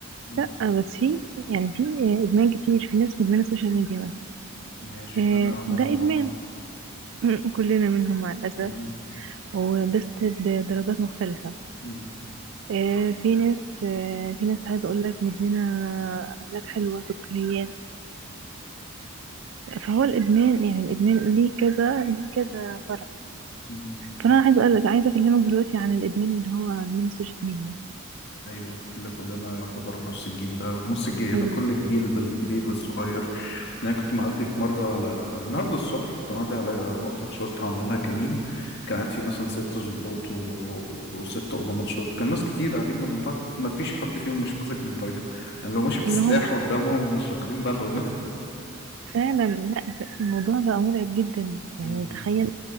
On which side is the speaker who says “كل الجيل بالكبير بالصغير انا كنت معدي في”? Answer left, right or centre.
Left